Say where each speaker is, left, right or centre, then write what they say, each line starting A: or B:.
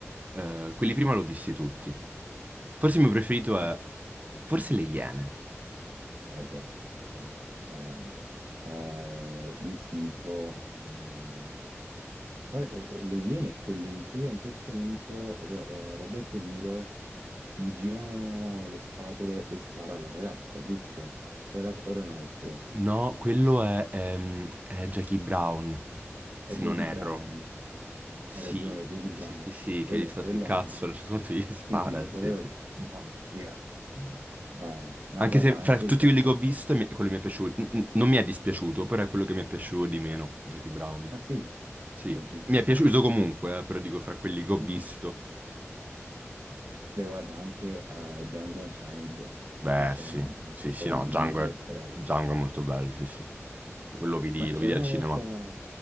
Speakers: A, on the right; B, on the right.
A: Eh, quelli prima l'ho visti tutti. Forse il mio preferito è,
B: Ah.
A: forse Le Iene,
B: Vabbè, chissà. Ma, eh, io ti dico, mm, qual è- Le Iene è quello in cui a un certo punto Ro- eh, Robert De Niro gli girano le scatole e spara alla ragazza, giusto? Ora, ora è un altro.
A: no, quello è, ehm, è Jackie Brown,
B: È
A: se
B: Jackie
A: non erro.
B: Brown.
A: Sì,
B: Hai ragione, è Jackie
A: sì,
B: Brown.
A: sì, sì, sì,
B: Quello,
A: che gli sta
B: quello
A: sul cazzo,
B: anche.
A: a un certo punto gli spara,
B: Sì, sì, quello...
A: sì, sì.
B: Mamma mia. Ma, ma
A: Anche
B: guarda,
A: se fra
B: anche
A: tutti
B: già...
A: quelli che ho visto, mi- quello mi è piaciuto, n- n- non mi è dispiaciuto, però è quello che mi è piaciuto di meno, Jackie Brown.
B: Ah sì,
A: Sì,
B: dai, ci può
A: mi
B: stare.
A: è piaciuto comunque, eh, però dico fra quelli che ho
B: Sì,
A: visto.
B: sì. Beh, guarda, anche eh, Django Unchained,
A: Beh,
B: Unchained,
A: sì,
B: eh,
A: sì,
B: non
A: sì,
B: so come
A: no,
B: si
A: Django
B: dice,
A: è,
B: però...
A: Django è molto bello, sì, sì. Quello lo vidi,
B: Ma c'era
A: lo vidi al
B: una
A: cinema.
B: volta,